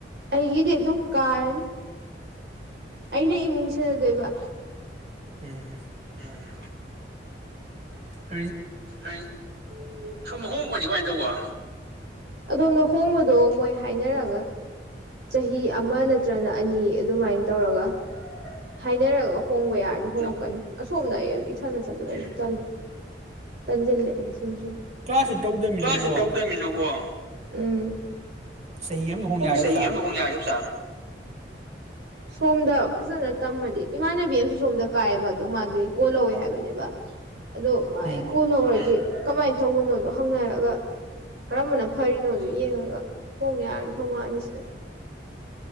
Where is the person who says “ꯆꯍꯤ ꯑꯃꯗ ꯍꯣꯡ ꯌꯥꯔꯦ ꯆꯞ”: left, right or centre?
Right